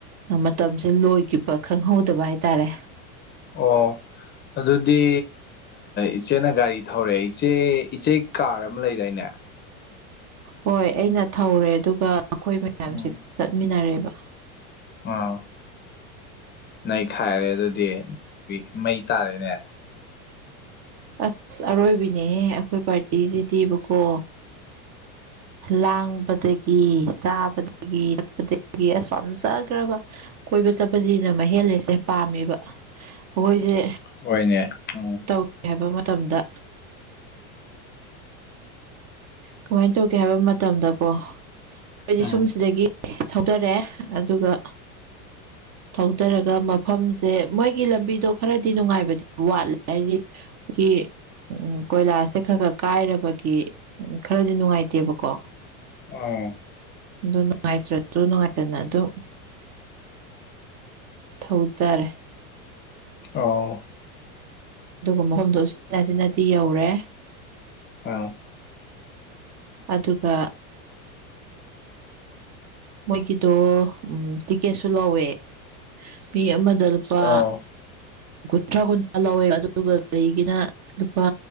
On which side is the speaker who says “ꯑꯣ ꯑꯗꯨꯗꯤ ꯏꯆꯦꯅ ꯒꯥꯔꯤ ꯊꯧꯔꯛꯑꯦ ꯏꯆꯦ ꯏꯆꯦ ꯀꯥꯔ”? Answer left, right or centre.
Left